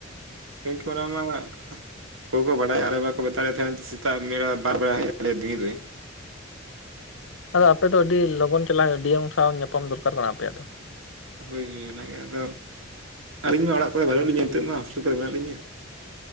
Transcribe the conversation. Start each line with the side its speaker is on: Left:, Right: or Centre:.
Right: <unintelligible> ᱚᱠᱚᱭ ᱠᱚ ᱵᱟᱰᱟᱭᱟ ᱟᱞᱮ ᱵᱟᱠᱚ ᱢᱮᱛᱟᱜ ᱞᱮ ᱛᱟᱦᱮᱸᱱ ᱥᱮᱛᱟᱜ ᱢᱮᱲᱟ ᱵᱟᱨ ᱵᱮᱲᱟ ᱦᱮᱭᱟᱜ ᱛᱟᱞᱮᱭᱟ ᱫᱤᱱ ᱨᱮ ᱾
Left: ᱟᱫᱚ ᱟᱯᱮ ᱫᱚ ᱟᱹᱰᱤ ᱞᱚᱜᱚᱱ ᱪᱟᱞᱟᱝ ᱰᱤ ᱮᱢ ᱥᱟᱶ ᱧᱟᱯᱟᱢ ᱫᱩᱨᱠᱟᱨ ᱠᱟᱱᱟ ᱟᱯᱮᱭᱟᱜ ᱫᱚ ᱾
Right: ᱦᱚᱭ ᱚᱱᱟᱜᱮ ᱟᱫᱚ <inaudible> ᱟᱹᱞᱤᱧᱢᱟ ᱚᱲᱟᱜ ᱠᱚᱨᱮ ᱵᱟᱹᱱᱩᱜ ᱞᱤᱧᱟ ᱱᱤᱛᱚᱜ ᱢᱟ ᱦᱚᱥᱴᱮᱞ ᱠᱚᱨᱮ ᱢᱮᱱᱟᱜ ᱞᱤᱧᱟᱹ ᱾